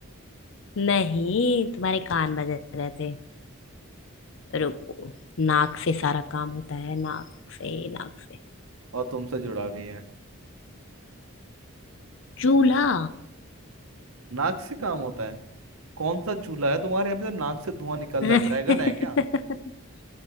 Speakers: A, on the left (about 60°); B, on the right (about 80°).
A: नहीं तुम्हारे कान बज रहे थे रुको नाक से सारा काम होता है नाक से नाक से
B: और तुमसे जुड़ा भी है
A: चूल्हा
B: नाक से काम होता है कौन सा चूल्हा है तुम्हारे यहाँ पे जो नाक से धुआं निकल
A: <laughs>
B: रहा है ड्रैगन है क्या